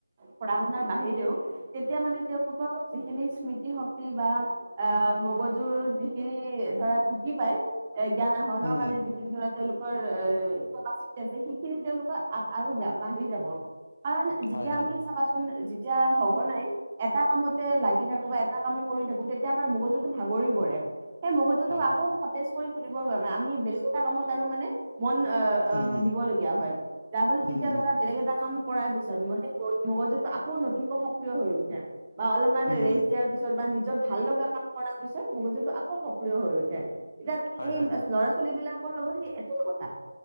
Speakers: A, on the right (about 20°); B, on the left (about 40°).
A: পঢ়া শুনাৰ বাহিৰেও। তেতিয়া মানে তেওঁ লোকৰ যিখিনি স্মৃতি শক্তি বা অহ মগজুৰ যিখিনি ধৰা ঢুকি পাই এ জ্ঞান আহৰণৰ
B: উম উম
A: কাৰণে যি খিনি ধৰা তেওঁলোকৰ এই কেপাচিটি আছে সেইখিনি তেওঁলোকৰ আৰু বাঢ়ি যাব। কাৰণ
B: উম
A: যেতিয়া
B: হয় হয়
A: আমি চাবাচোন যেতিয়া সঘনাই এটা কামতে লাগি থাকো বা এটা কামে কৰি থাকো তেতিয়া আমাৰ মগজুটো ভাগৰি পৰে। সেই মগজু
B: হয়
A: তোক আকৌ সতেজ কৰি তুলিবৰ বাবে আমি বেলেগ এটা কামত আৰু মানে মন আহ আহ
B: উম উম
A: দিবলগীয়া
B: উম
A: হয়। যাৰ ফলত তেতিয়া
B: উম
A: ধৰা বেলেগএটা কাম কৰাৰ পিছত সেই মগজুটো আকৌ নতুনকৈ সক্ৰিয় হৈ উঠে। বা অলপমান
B: উম
A: ৰেষ্ট
B: উম
A: দিয়াৰ পিছত বা নিজৰ ভাল লগা কাম কৰাৰ পিছত মগজুটো আকৌ সক্ৰিয় হৈ উঠে। এতিয়া
B: হয়
A: সেই
B: হয়
A: ল'ৰা ছোৱালীবিলাকৰ লগত সেই একো কথা